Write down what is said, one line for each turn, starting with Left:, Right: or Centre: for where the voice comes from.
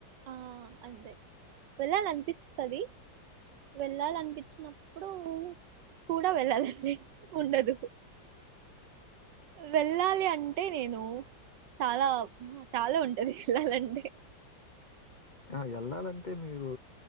Right: ఆ అంతే వెళ్ళాల అనిపిస్తది వెళ్ళాలనిపించినప్పుడు కూడా వెళ్ళాలండి ఉండదు వెళ్ళాలి అన్ అంటే నేను చాలా చాలా ఉంటది వెళ్లాలంటే
Left: ఆ యేళ్లాలంటే మీరు